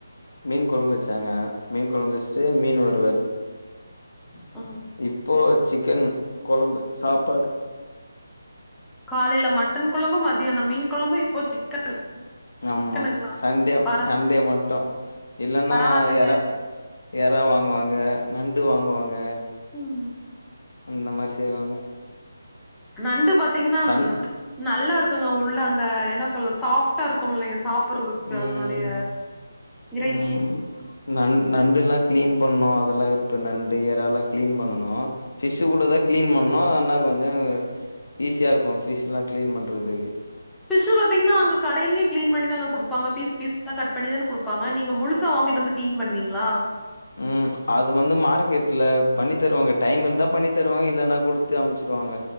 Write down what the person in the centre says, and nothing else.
ஆ
காலைல மட்டன் குழம்பு மதியானோ மீன் குழம்பு இப்போ சிக்கன்
சிக்கனுங்களா
பர
பரவால்லைங்க
ம்
நண்டு பாத்தீங்கன்னா
நல்லா இருக்குங்க உள்ள அந்த என்ன சொல்ல சாஃப்ட்டா இருக்குமுல்ல எ சாப்புறதுக்கு
அதனுடைய இறைச்சி
ஃபிஷ்ஷு பாத்தீங்கன்னா அங்க கடைலேயே கிளீன் பண்ணி தாங்க குடுப்பாங்க பீஸ் பீஸா கட் பண்ணி தானே குடுப்பாங்க நீங்க முழுசா வாங்கிட்டு வந்து கிளீன் பண்ணுவீங்களா